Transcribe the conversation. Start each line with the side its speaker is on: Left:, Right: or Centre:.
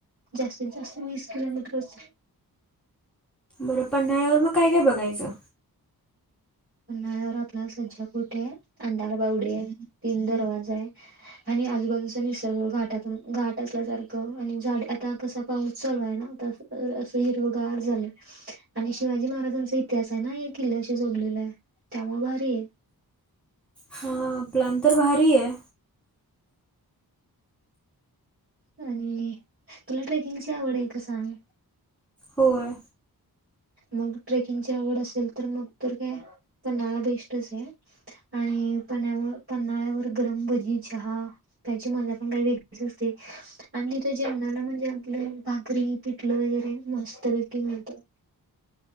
Right: जास्तीत जास्त वीस किलोमीटर असेल.
Centre: बरं पन्हाळ्यावर मग काय काय बघायचं?
Right: पन्हाळ्यावर आपला सज्ज कोट ए. अंधारबावडी आहे. तीन दरवाजा आहे. आणि आजूबाजूचा निसर्ग घाटातून घाट असल्यासारखं आणि झाड, आता कस पाऊस चालू आहे ना? त <unintelligible> असं हिरवगार झालं. आणि शिवाजी महाराजांचा इतिहास आहे ना या किल्ल्याशी जोडलेला आहे. त्यामुळे भारी ए.
Centre: हां. प्लॅन तर भारी ए.
Right: आणि तुला ट्रेकिंगची आवड आहे का सांग?
Centre: होय.
Right: मग ट्रेकिंगची आवड असेल तर मग तर काय पन्हाळा बेस्टच आहे. आणि पण्यावर पन्हाळ्यावर गरम भजी, चहा- त्याची मजा पण काही वेगळीच असते. आणि तिथं जेवणाला म्हणजे आपलं भाकरी पिठलं वगैरे मस्तपैकी मिळतं.